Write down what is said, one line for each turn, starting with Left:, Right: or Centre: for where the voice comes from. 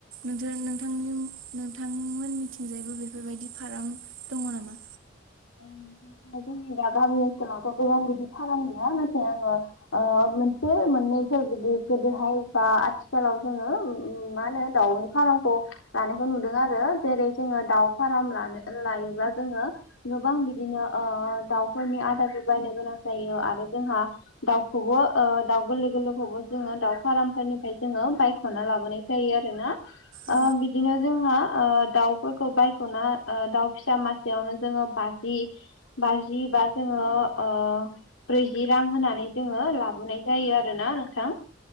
Right: नोंथांनि नोंथांमोननिथिंजायबो बेफोरबायदि फार्म दङ नामा?
Left: ओं नोंथां जोंनि दा गामि ओनसोलावथ' गोबां बिदि फाराम गैया नाथाय आङो ओ मोनसे मोननैफोर बिदि गोदोहाय बा आथिखालाव जोङो ओम मा होनो दाउनि फार्मखौ लानायखौ नुदों आरो जेरै जोङो दाउ फार्म लानो लायोब्ला जोङो गोबां बिदिनो ओ दाउफोरनि आदारखौ बायनो गोनां जायो आरो जोंहा दाउखौबो ओ दाउ गोरलै गोरलैखौबो जोङो दाउ फार्मफोरनिफ्राय जोङो बायख'ना लाबोनाय जायो आरो ना।
Right: औ
Left: ओ बि दिनो जोंहा ओ दाउफोरखौ बायख'ना ओ दाउ फिसा मासेयावनो जोङो बाजि बाजि बा जोङो ओ ब्रैजि रां होनानै जोङो लाबोनाय जायो आरोना नोंथां।